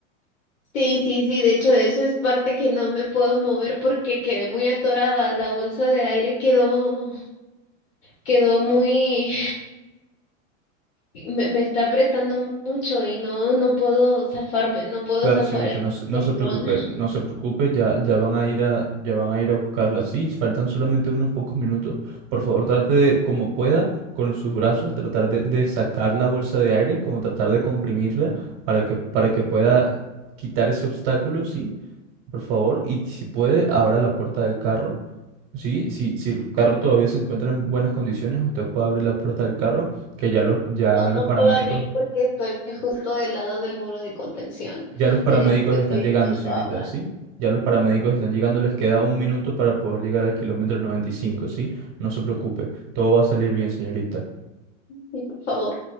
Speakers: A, on the left; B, on the right.
A: Sí, sí, sí, de hecho de eso es parte que no me puedo mover porque quedé muy atorada, la bolsa de aire quedó, quedó muy me, me está apretando mucho y no, no puedo zafarme, no puedo
B: Claro,
A: zafar
B: señorita,
A: el
B: no, se- no
A: cinturón.
B: se preocupe,
A: <laughs>
B: no se preocupe, ya, ya van a ir a, ya van a ir a buscarla. Sí, faltan solamente unos pocos minutos. Por favor, trate de, como pueda, con sus brazos, tratar de, de sacar la bolsa de aire, como tratar de comprimirla para que, para que pueda quitar ese obstáculo, sí, por favor. Y si puede, abra la puerta del carro. Sí, si, si el carro todavía se encuentra en buenas condiciones, usted puede abrir la puerta del carro, que ya, lo, ya
A: No, no
B: los paramédicos
A: puedo abrir porque estoy justo del lado del muro de contención.
B: Ya los paramédicos
A: Necesito que
B: están
A: alguien
B: llegando,
A: más
B: señorita,
A: lo abra.
B: ¿sí? Ya los paramédicos están llegando, les queda un minuto para poder llegar al kilómetro 95, ¿sí? No se preocupe, todo va a salir bien, señorita.
A: Sí, por favor.